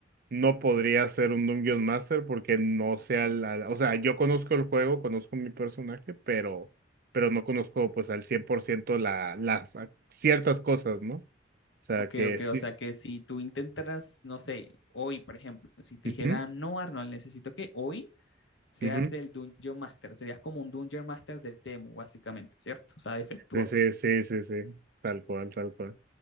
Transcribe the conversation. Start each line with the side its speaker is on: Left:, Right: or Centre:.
Right: no podría ser un Dungeon Master porque no sé al al o sea, yo conozco el juego, conozco mi personaje, pero, pero no conozco pues al 100% la, las a- ciertas cosas, ¿no? O sea,
Left: Ok,
Right: que
Left: ok,
Right: sí,
Left: o sea
Right: s-
Left: que si tú intentaras, no sé, hoy, por ejemplo, si te
Right: ujú,
Left: dijera, no, Arnold, necesito que hoy seas
Right: ujú,
Left: el Dungeon Master, serías como un Dungeon Master de Temu, básicamente, ¿cierto? O sea, defectuoso,
Right: Sí, sí, sí, sí, sí, tal cual, tal cual.